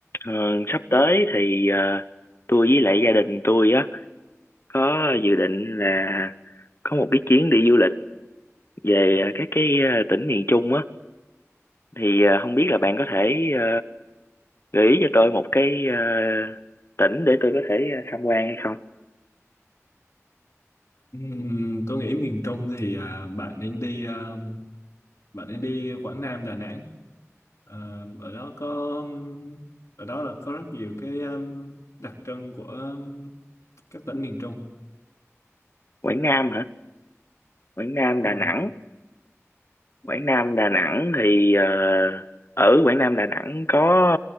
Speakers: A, on the left (about 50°); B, on the left (about 65°).
A: Ờ, sắp tới thì ờ, tôi với lại gia đình tôi á có dự định là có một cái chuyến đi du lịch về ờ, các cái ờ, tỉnh miền Trung á thì ờ, không biết là bạn có thể ờ, gợi ý cho tôi một cái ờ, tỉnh để tôi có thể ờ, tham quan hay không?
B: Ừm, tôi nghĩ miền Trung thì à, bạn nên đi à, bạn nên đi Quảng Nam Đà Nẵng À, ở đó có ừm, ở đó là có rất nhiều cái ừm, đặc trưng của ừm, các tỉnh miền Trung
A: Quảng Nam hả? Quảng Nam
B: đúng
A: Đà
B: rồi
A: Nẵng. Quảng Nam Đà Nẵng thì ờ, ở Quảng Nam Đà Nẵng có